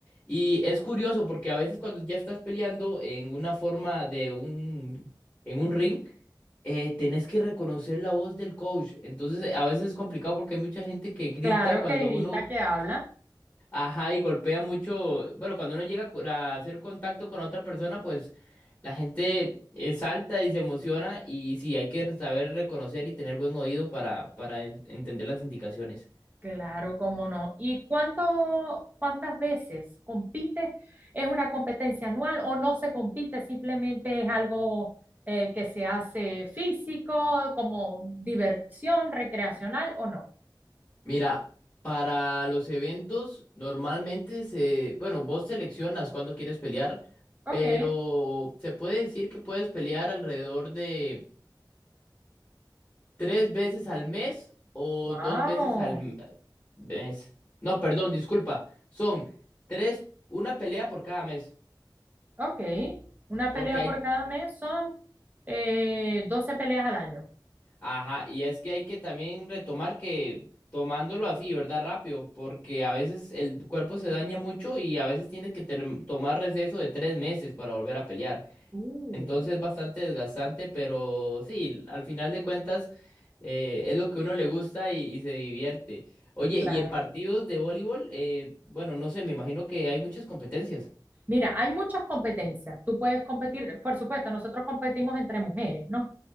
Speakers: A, on the left; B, on the right.
A: Y es curioso porque a veces cuando ya estás peleando en una forma de un, en un ring, eh, tenés que reconocer la voz del coach. Entonces, a veces es complicado porque hay mucha gente que grita
B: Claro
A: cuando
B: que grita,
A: uno
B: que habla.
A: Ajá, y golpea mucho. Bueno, cuando uno llega a cu- a hacer contacto con otra persona, pues la gente eh, salta y se emociona y sí, hay que saber reconocer y tener buen oído para, para en- entender las indicaciones.
B: Claro, cómo no. ¿Y cuánto, cuántas veces compite? ¿Es una competencia anual o no se compite? Simplemente es algo eh, que se hace físico, como diversión recreacional o no.
A: Mira, para los eventos normalmente se, bueno, vos seleccionas cuándo quieres pelear,
B: Ok,
A: pero se puede decir que puedes pelear alrededor de... ¿Tres veces al mes o
B: wow.
A: dos veces al m- mes? No, perdón, disculpa. Son tres, una pelea por cada mes.
B: Ok, una
A: Porque
B: pelea
A: hay,
B: por cada mes son eh, 12 peleas al año.
A: ajá, y es que hay que también retomar que tomándolo así, ¿verdad? Rápido, porque a veces el cuerpo se daña mucho y a veces tienes que tener- tomar receso de tres meses para volver a pelear.
B: Uh,
A: Entonces es bastante desgastante, pero sí, al final de cuentas eh, es lo que uno le gusta y, y se divierte. Oye,
B: Claro.
A: y en partidos de voleibol, eh, bueno, no sé, me imagino que hay muchas competencias.
B: Mira, hay muchas competencias. Tú puedes competir, por supuesto, nosotros competimos entre mujeres, ¿no?